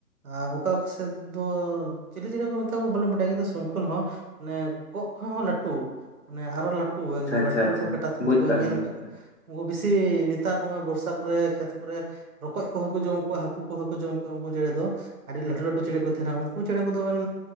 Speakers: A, on the right; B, on the left.
A: ᱟᱨ ᱚᱠᱟ ᱚᱠᱟ ᱥᱮᱫ ᱫᱚ ᱪᱤᱞᱤ ᱪᱤᱞᱤ ᱠᱚ ᱢᱮᱛᱟ ᱠᱚᱣᱟ ᱵᱟᱹᱞᱤᱧ ᱵᱟᱰᱟᱭᱟ ᱠᱤᱱᱛᱩ ᱥᱚᱝᱠᱞ ᱦᱚᱸ ᱢᱟᱱᱮ ᱠᱚᱜ ᱠᱷᱚᱡ ᱦᱚᱸ ᱞᱟᱹᱴᱩ ᱢᱟᱱᱮ ᱟᱨᱚ ᱞᱟᱹᱴᱩ
B: ᱟᱪᱪᱷᱟ
A: ᱮᱠᱫᱚᱢ
B: ᱟᱪᱪᱷᱟ
A: ᱞᱟᱹᱴᱩ
B: ᱟᱪᱪᱷᱟ
A: ᱞᱟᱹᱴᱩ ᱠᱟᱴᱟ ᱛᱟᱦᱮᱱ
B: ᱵᱩᱡ
A: ᱛᱟᱠᱚᱣᱟ
B: ᱞᱤᱧ
A: ᱧᱮᱞ
B: ᱵᱩᱡ
A: ᱠᱟᱜ
B: ᱞᱤᱧ
A: ᱩᱱᱠᱩ ᱵᱮᱥᱤ ᱱᱮᱛᱟᱨ ᱥᱚᱢᱚᱭ ᱵᱚᱨᱥᱟ ᱠᱚᱨᱮ ᱠᱷᱮᱛ ᱠᱚᱨᱮ ᱨᱚᱠᱚᱡ ᱠᱚᱦᱚᱸ ᱠᱚ ᱡᱚᱢ ᱠᱚᱣᱟ ᱦᱟᱹᱠᱩ ᱠᱚᱦᱚᱸ ᱠᱚ ᱡᱚᱢ ᱠᱚᱣᱟ ᱩᱱᱠᱩ ᱪᱮᱬᱮ ᱫᱚ᱾ ᱟᱹᱰᱤ ᱞᱟᱹᱴᱩ ᱞᱟᱹᱴᱩ ᱪᱮᱬᱮ ᱠᱚ ᱛᱟᱦᱮᱱᱟ ᱩᱱᱠᱩ ᱪᱮᱬᱮ ᱠᱚᱫᱚᱵᱮᱱ